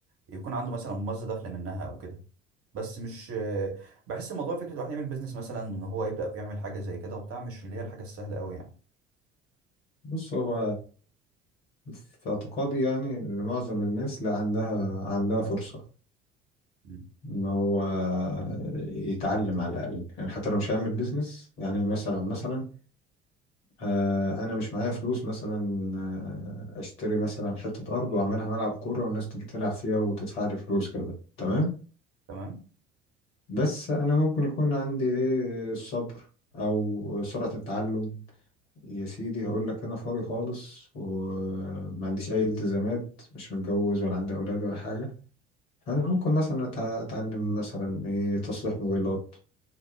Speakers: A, on the right (about 45°); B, on the left (about 65°).
A: يكون عنده مثلا مصدر دخل منها او كده بس مش بحس الموضوع فكره الواحد يعمل بيزنس مثلا ان هو يبدا يعمل حاجه زي كده وبتاع مش اللي هي الحاجه السهله قوي يعني
B: بص هو في اعتقادي يعني إن معظم الناس لا عندها عندها فرصة
A: مم.
B: إن هو يتعلم على الأقل يعني حتى لو مش هيعمل بيزنس يعني مثلا مثلا آه، أنا مش معايا فلوس مثلا آه، أشتري مثلا حتة أرض وأعملها ملعب كورة والناس تيجي تلعب فيها وتدفع لي فلوس كده تمام
A: تمام
B: بس انا ممكن يكون عندي ايه الصبر او سرعة التعلم يا سيدي هقول لك انا فاضي خالص وما عنديش اي التزامات مش متجوز ولا عندي اولاد ولا حاجة فانا ممكن مثلا أتع- اتعلم مثلا ايه تصليح موبايلات